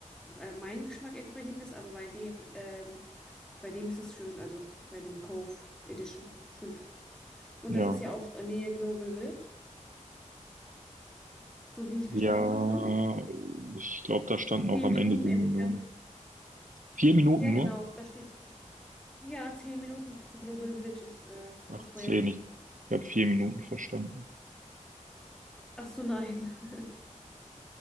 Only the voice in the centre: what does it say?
äh, mein Geschmack entsprechend ist, aber bei dem, ähm, bei dem ist das schön, also bei dem Cove Edition fünf. Und
das ist ja auch in Nähe Global Village, so wie ich
verstanden habe, ne?
Zehn
Minuten
entfernt.
Ja, genau,
da steht, ja, zehn Minuten zu Global Village ist äh,
das Projekt.
Ach so, nein. <laughs>